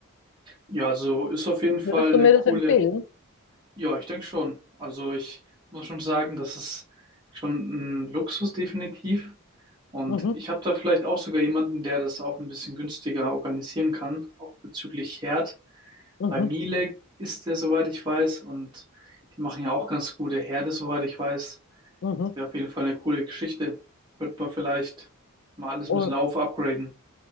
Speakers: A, on the right (about 20°); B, on the left (about 55°).
A: Ja, also ist auf jeden Fall
B: Würdest
A: eine
B: du mir
A: coole,
B: das empfehlen?
A: ja, ich denke schon. Also ich muss schon sagen, das ist schon ein Luxus definitiv. Und
B: Mhm,
A: ich habe da vielleicht auch sogar jemanden, der das auch ein bisschen günstiger organisieren kann, auch bezüglich Herd.
B: mhm,
A: Bei Miele ist der, soweit ich weiß, und die machen ja auch ganz gute Herde, soweit ich weiß.
B: mhm.
A: wäre auf jeden Fall eine coole Geschichte. Wird man vielleicht mal alles
B: Und,
A: ein bisschen auf upgraden.